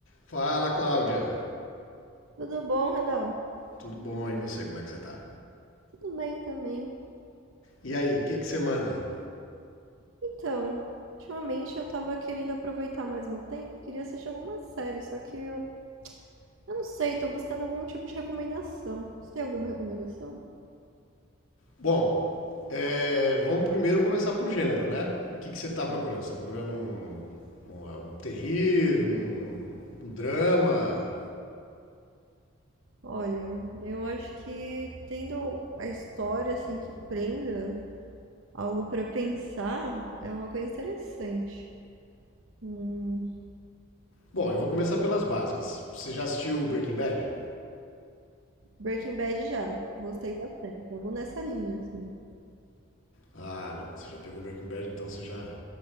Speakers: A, on the left; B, on the right.
A: Fala, Cláudia.
B: Tudo bom, Renal?
A: Tudo bom? E você, como é que você tá?
B: Tudo bem também.
A: E aí, o que que você manda?
B: Então, ultimamente eu tava querendo aproveitar mais meu tempo, queria assistir alguma série, só que eu, eu não sei, tô buscando algum tipo de recomendação. Você tem alguma recomendação?
A: Bom, é, vamos primeiro começar por gênero, né? O que que você tá procurando? Você tá procurando um, um, um terrir, um, um drama?
B: Olha, eu acho que tendo a história assim que prenda algo pra pensar é uma coisa interessante. Hum,
A: Bom, eu vou começar pelas básicas. Você já assistiu Breaking Bad?
B: Breaking Bad já, gostei bastante, algo nessa linha assim.
A: Ah, não. Você já pegou Breaking Bad, então você já,